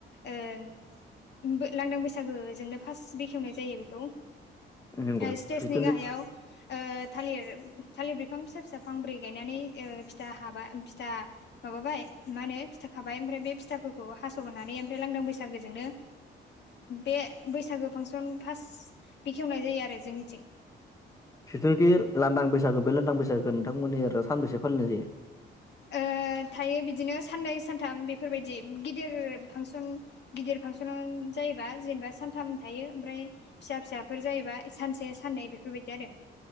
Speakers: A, on the left; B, on the left.
A: ओ लांदां बैसागोजोंनो फार्स्ट बेखेवनाय जायो बेखौ।
B: नंगौ
A: ओ स्टेजनि
B: जिथुनु
A: गाहायाव ओ थालिर थालिर बिफां फिसा फिसा फांब्रै गायनानै ओ फिथा हाबाय फिथा माबाबाय मा होनो फिथा खाबाय ओमफ्राय बे फिथाफोरखौ हासनानै ओमफ्राय लांदां बैसागोजोंनो <unintelligible> बे बैसागो फांसन फार्स्ट बेखेवनाय जायो आरो जोंनिथिं
B: जिथुनाखि लांदां बैसागो बे लांदां बैसागोखो नोंथांमोननि ओरै सानबैसे फालिनाय जायो?
A: ओ थायो बिदिनो साननै सान थाम बेफोरबायदि गिदिर फांसन गिदिर फांसन जायोबा जेनेबा सानथाम थायो ओमफ्राय फिसा फिसाफोर जायोबा सानसे साननै बेफोरबायदि आरो